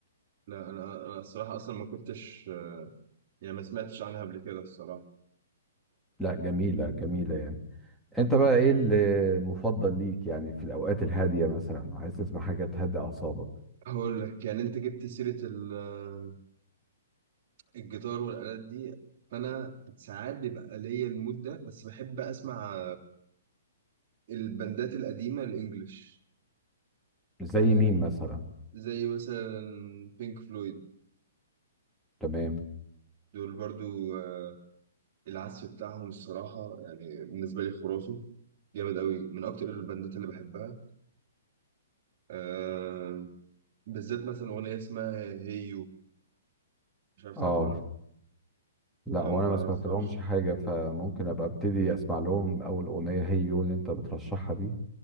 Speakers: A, on the right; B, in the centre.
A: لا أنا أنا الصراحة أصلا ما كنتش يعني ما سمعتش عنها قبل كده الصراحة
B: لا جميلة جميلة يعني انت بقى ايه المفضل ليك يعني في الاوقات الهادية مثلا عايز تسمع حاجة تهدي اعصابك
A: هقول لك يعني أنت جبت سيرة ال الجيتار والآلات دي فأنا ساعات بيبقى ليا المود ده بس بحب أسمع البندات القديمة الإنجليش
B: زي
A: آه،
B: مين مثلا
A: زي مثلا بينك فلويد
B: تمام
A: دول برضو آه، العزف بتاعهم الصراحة يعني بالنسبة لي خرافي جامد قوي من أكتر البندات اللي بحبها آه، بالذات مثلا أغنية اسمها هيو مش عارف
B: اه
A: تعرفها ولا لأ.
B: لا
A: لو
B: وانا
A: ما تعرفهاش
B: ما سمعت لهمش حاجة فممكن ابقى ابتدي اسمع لهم اول اغنية هي يو اللي انت بترشحها دي